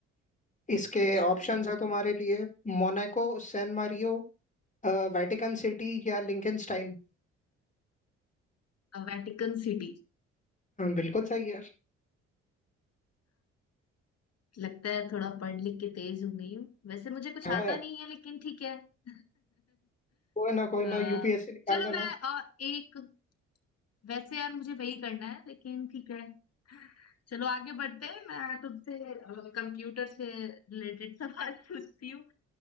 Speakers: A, on the left; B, on the left.
A: इसके
B: अच्छा
A: ऑप्शंस
B: अच्छा
A: है तुम्हारे लिए Monaco San Mario Vatican City या लिंकनस्टाइन
B: Vatican city
A: बिल्कुल सही यार
B: लगता है थोड़ा पढ़ लिख के तेज हो गई हूँ वैसे मुझे कुछ
A: हाँ
B: आता
A: यार
B: नहीं है लेकिन ठीक है <laughs>
A: कोई ना कोई
B: अ,
A: ना यूपीएससी निकाल
B: चलो
A: लेना
B: मैं अ, एक वैसे यार मुझे वही करना है लेकिन ठीक है चलो आगे बढ़ते हैं मैं तुमसे कंप्यूटर से रिलेटेड सवाल <laughs> पूछती हूँ